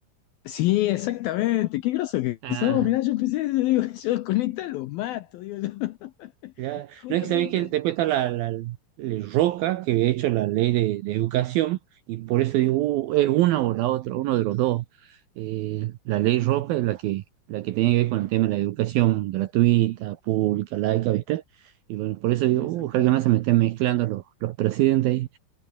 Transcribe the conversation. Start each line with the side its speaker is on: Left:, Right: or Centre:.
Left: Sí, exactamente. Qué groso que
Right: Ah,
Left: sos. Mirá, yo empecé, yo digo, <laughs> yo con esta los mato, digo yo. <laughs>
Right: Ya,
Left: Justamente.
Right: No es que sabéis que después está la, la, la Roca, que he hecho la ley de, de educación, y por eso digo, uh, es una o la otra, uno de los dos. Eh, la ley Roca es la que, la que tiene que ver con el tema de la educación gratuita, pública, laica, ¿viste? Y bueno, por eso
Left: Sí,
Right: digo,
Left: exactamente.
Right: uh, ojalá que no se me estén mezclando los, los presidentes ahí,